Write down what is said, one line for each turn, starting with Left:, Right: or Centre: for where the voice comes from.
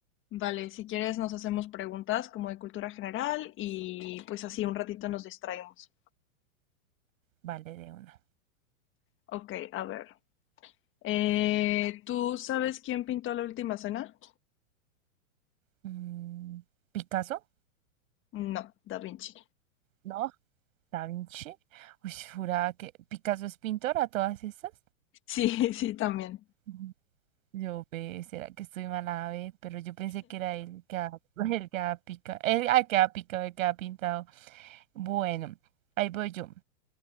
Left: Vale, si quieres nos hacemos preguntas como de cultura general y pues así un ratito nos distraemos.
Right: Vale, de una.
Left: Ok, a ver. Eh, ¿tú sabes quién pintó la última cena?
Right: Mm, ¿Picasso?
Left: No, Da Vinci.
Right: No, Da Vinci. Uy, juraba que Picasso es pintor a todas estas.
Left: Sí, <laughs> sí, también.
Right: Ujú. Yo ve, será que estoy mala, ve, pero yo pensé que era él que ha, <laughs> el que ha picado, el, ah, que ha picado, el que ha pintado. Bueno, ahí voy yo.